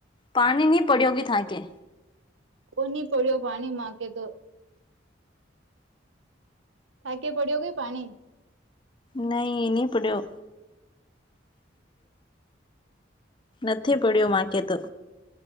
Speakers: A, on the left; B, on the right.
A: પાણીની પડ્યોગી થાકે?
B: કો નહી પડ્યો પાણી માંકે તો થાકે પડ્યો કે પાણી?
A: નહી એ ન પડ્યો. નથી પડ્યો માથે તો